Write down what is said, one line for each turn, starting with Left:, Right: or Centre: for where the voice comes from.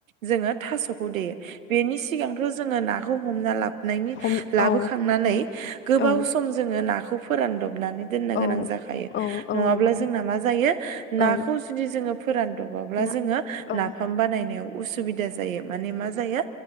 Right: जोङो थास'खौ देयो। बेनि सिगांथ' जोङो नाखौ हमना नायनि
Left: हम
Right: लाबो
Left: औ
Right: खांनानै
Left: औ
Right: गोबाव सम जोङो नाखौ फोरानदबनानै दोननो गोनां
Left: औ
Right: जाखायो
Left: औ औ
Right: नङाब्ला
Left: नोंथां
Right: जोंना मा जायो ना,
Left: औ
Right: खौसेनि जोङो फोरानदबाब्ला
Left: ना
Right: जोङो
Left: औ
Right: नाफाम बानायनायाव उसुबि जायो माने मा जायो